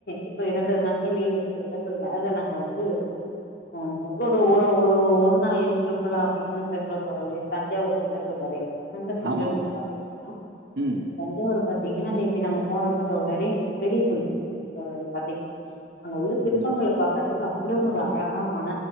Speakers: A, on the left (about 55°); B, on the right (about 70°).
A: இப்போ இரண்டு நாட்கள் லீவ் இருந்ததுல தோழரே அதுல நாங்க வந து ஆ ஒரு ஒரு ஒரு ஒரு நாள் லீவ்கு சுற்றுலா அப்டின்னு சென்றோ தோழரே தஞ்சாவூரு இல்ல தோழரே நங்க செஞ்சோருங்க
B: ஆமா ஆமா
A: பாத்தீங்கன்னா
B: ம்
A: இப்ப தஞ்சாவூர ப பாத்தீங்கன்னா நேத்தி நாங்க போனப்ப தோழரே பெரிய கோயில் <inaudible> பாத்தீங்கன்னா அங்க உள்ள சிற்பங்கள
B: ம்
A: பாக்கறதுக் கு அவ்ளோ ஒரு அழகா மன